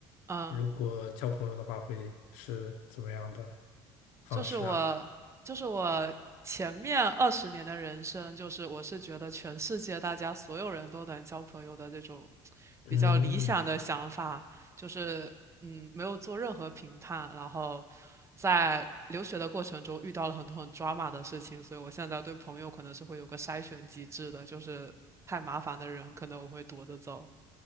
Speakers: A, on the right; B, on the left.
A: 嗯。
B: 如果交朋友的话，会是怎么样的方式啊？
A: 就是我，就是我前面二十年的人生，就是我是觉得全世界大家所有人都能交朋友的这种
B: 嗯
A: 比较理想的想法，就是嗯，没有做任何评判，然后在留学的过程中遇到了很多很抓马的事情，所以我现在对朋友可能是会有个筛选机制的，就是太麻烦的人，可能我会躲着走。